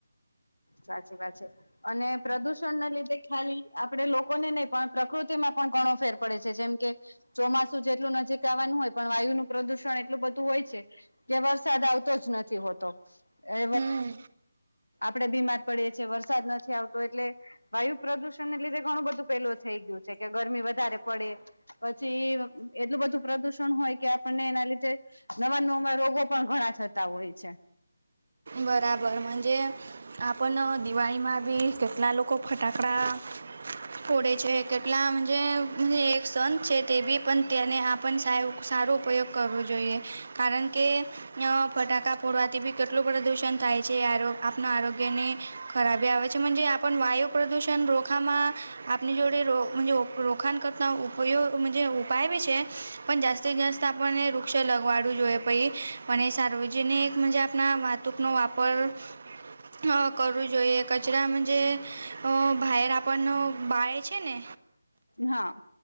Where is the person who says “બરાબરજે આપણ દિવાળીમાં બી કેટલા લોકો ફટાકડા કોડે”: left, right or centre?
Right